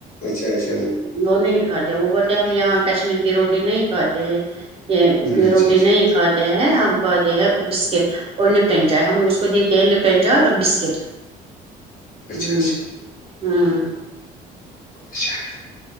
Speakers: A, on the left; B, on the right.
A: اچھا اچھا
B: وہ نہیں کھاتے وہ بولتے ہم یہاں کشمیر کی روٹی نہیں کھاتے ہیں یہ
A: اچھا
B: روٹی
A: اچھا
B: نہیں کھ ہیں ہم کھتے ہیں بسکٹ اور لپٹن چائے ہم اس کو دیتے ہیں لپٹ اور بسکٹ
A: اچھا
B: ہ ہوں
A: بہت اچھا ہے